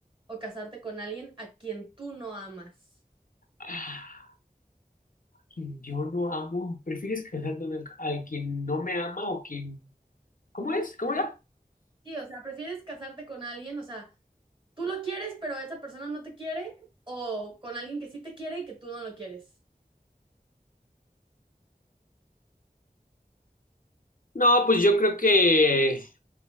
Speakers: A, on the right; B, on the left.
A: o casarte con alguien a quien tú no amas?
B: Ah, Quien yo no amo. ¿Prefieres casarte con el- al quien no me ama o quien... ¿Cómo es? ¿Cómo era?
A: Sí, o sea, ¿prefieres casarte con alguien? O sea, tú lo quieres, pero esa persona no te quiere, o con alguien que sí te quiere y que tú no lo quieres.
B: No, pues yo creo que,